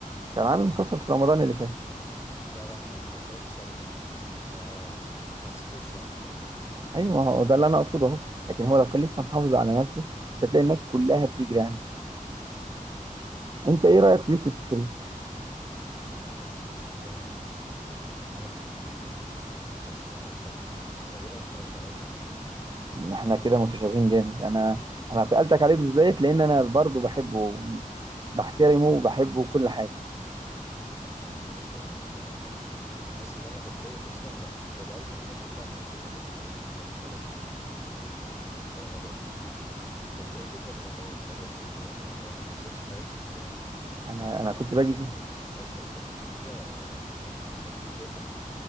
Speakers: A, on the right; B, on the left.
A: كان عامل
B: مم.
A: مسلسل في رمضان اللي فات
B: لا لا ما, ما اتفرجتش عليه ما ما حسيتوش يعني بصراحه
A: ايوه ما هو ده اللي انا اقصده اهو لكن هو لو كان لسه محافظ على نفسه كنت هتلاقي الناس كلها بتجري يعني
B: مم.
A: انت ايه رايك في يوسف شريف
B: لا لا يوسف الشريف ده انا ده انا بحب يوسف الشريف بحب كل مسلسلاته اصلا وتقريبا اتفرجت عليها كلها يعني
A: ان احنا كده متشابهين جامد انا انا سالتك عليه بالذات لان انا برضو بحبه بحترمه
B: لا
A: وبحبه
B: لا
A: وكل حاجه
B: يوسف الشريف يا باشا آه، من الناس اللي انا بتضايق اصلا لا هو بقاله تقريبا اربع مواسم ما بينزلش مسلسلات في في رمضان بتضايق جدا لما ما بتفرجلوش يعني لما ما بينزلش حاجات جديده يعني
A: انا انا
B: لا عامل
A: كنت باجي
B: عمل كام مسلسل الفتره الاخيره لا جامدين جدا يعني